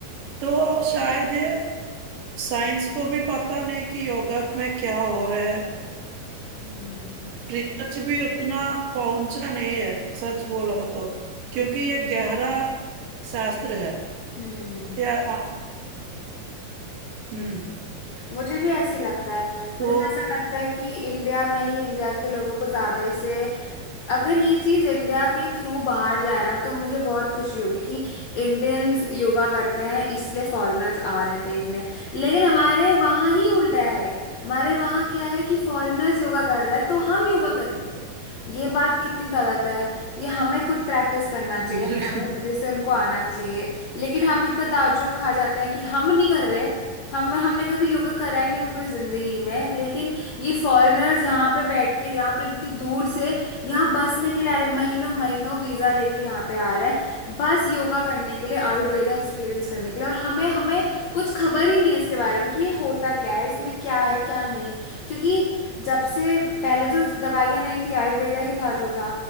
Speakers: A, on the right; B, on the left.
A: तो शायद ये साइंस को भी पता नहीं कि योगा में क्या हो रहा है
B: हम्म
A: रिसर्च भी उतना पहुंचा नहीं है सच बोला तो क्योंकि
B: हम्म।
A: ये गहरा शास्त्र है
B: हम्म
A: या हम्म
B: मुझे भी ऐसी लगता है
A: तो
B: मुझे तो ऐसा लगता है कि इंडिया में ही इंडिया के लोगों को ज्यादा इसे अगर ये चीज इंडिया के थ्रू बाहर जाए ना तो मुझे बहुत खुशी होगी कि इंडियंस योगा करते हैं इसलिए फॉरेनर्स आ रहे हैं देखने लेकिन हमारे वहाँ ही उल्टा है हमारे वहाँ क्या है कि फॉरेनर्स योगा कर रहे हैं तो हम योगा करेंगे ये बात कितनी गलत है ये हमें खुद प्रैक्टिस करना चाहिए
A: बिल्कुल
B: हमारे वजह से उनको आना चाहिए लेकिन हम इतना ताज्जुब खा जाते हैं कि हम नहीं कर रहे हम हमने कभी योगा करा ही नहीं अपनी पूरी जिंदगी में लेकिन ये फॉरेनर्स यहाँ पे बैठ के यहाँ पे इतनी दूर से यहाँ बसने के लिए आ रहे हैं, महीनों महीनों वीजा लेके यहाँ पे आ रहे हैं बस योगा करने के लिए आयुर्वेदा एक्सपीरियंस करने के लिए और हमें हमें कुछ खबर ही नहीं है इसके बारे में कि ये होता क्या है इसमें क्या है क्या नहीं क्योंकि जब से पहले तो दवाइयाँ नहीं थी आयुर्वेदा ही था जो था